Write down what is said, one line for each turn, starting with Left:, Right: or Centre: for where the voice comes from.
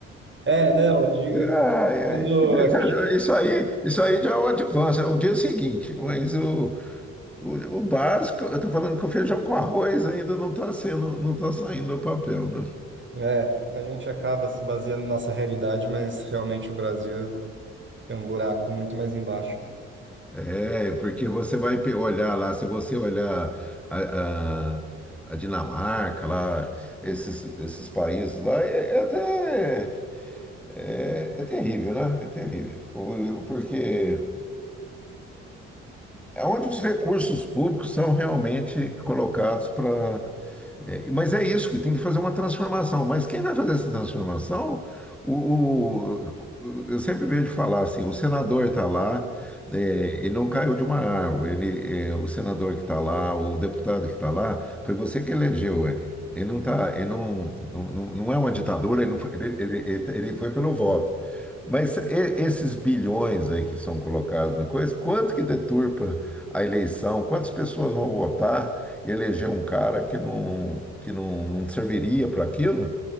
Right: É, não, eu digo,
Centre: Ai,
Right: quando
Centre: ai.
Right: é que a gente
Centre: Isso aí, isso aí já é o advance, é o dia seguinte. Mas o, o, o básico, eu estou falando que o feijão com arroz ainda não está sendo, não está saindo do papel, né?
Right: é, a gente acaba se baseando na nossa realidade, mas realmente o Brasil tem um buraco muito mais embaixo.
Centre: É, porque você vai pe- olhar lá, se você olhar a, a, a Dinamarca, lá, esses, esses países lá, é, é até. É, é terrível, né? É terrível. O- Porque é onde os recursos públicos são realmente colocados para é, mas é isso, que tem que fazer uma transformação. Mas quem vai fazer essa transformação? O, o- eu sempre vejo falar assim: o senador está lá, é, ele não caiu de uma árvore. Ele, é, o senador que está lá, o deputado que está lá, foi você que elegeu ele. Ele não tá, ele não, não, não não é uma ditadura, ele, não foi, ele, ele, ele ele foi pelo voto. Mas e- esses bilhões aí que são colocados na coisa, quanto que deturpa a eleição? Quantas pessoas vão votar? eleger um cara que não, que não, não serviria para aquilo,